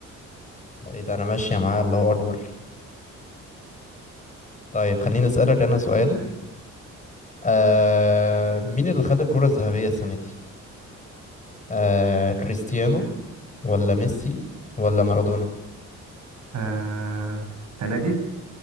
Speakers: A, on the left; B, on the right.
A: ايه ده انا ماشية معاه الله اكبر طيب خليني اسألك أنا سؤال آه مين اللي خد الكرة الذهبية السنة دي؟ آه كريستيانو ولا ميسي ولا مارادونا؟
B: آه... السنة دي